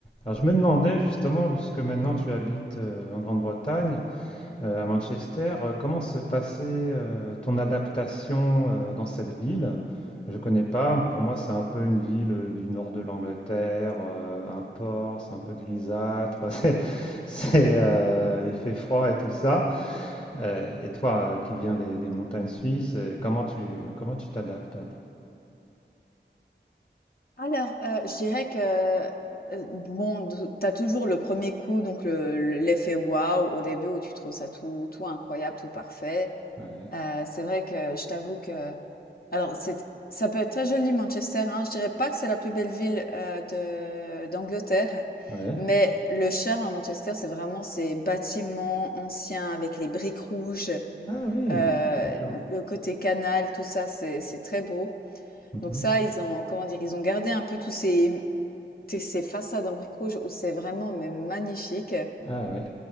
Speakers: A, on the left; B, on the left.
A: Alors je me demandais justement, puisque maintenant tu habites euh, en Grande-Bretagne, euh, à Manchester, euh, comment se passait euh, ton adaptation euh, dans cette ville? Je ne connais pas, pour moi c'est un peu une ville euh, du nord de l'Angleterre, euh, un port, c'est un peu grisâtre, <laughs> c'est, c'est, euh, il fait froid et tout ça. Euh, et toi euh, qui viens des, des montagnes suisses, euh, comment tu, comment tu t'adaptes?
B: Alors, euh, je dirais que euh, bon, d- t'as toujours le premier coup, donc le, le- l'effet waouh au début où tu trouves ça tout, tout incroyable, tout parfait.
A: Ouais.
B: Euh, c'est vrai que je t'avoue que, alors c'est, ça peut être très joli Manchester, hein. Je dirais pas que c'est la plus belle ville euh, de d'Angleterre,
A: Ouais.
B: mais le charme à Manchester, c'est vraiment ces bâtiments anciens avec les briques rouges,
A: Ah oui,
B: euh,
A: d'accord.
B: le côté canal, tout ça, c'est c'est très beau.
A: Mhm.
B: Donc ça, ils ont, comment dire, ils ont gardé un peu tous ces, tous ces façades en briques rouges où c'est vraiment mais magnifique.
A: Ah ouais.